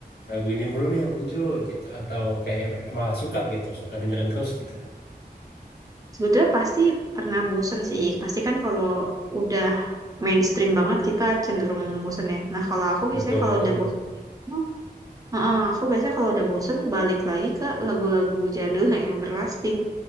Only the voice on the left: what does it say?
lagu ini mulu nih yang muncul gitu atau kayak em- malah suka gitu suka dengerin terus gitu
betul
tuh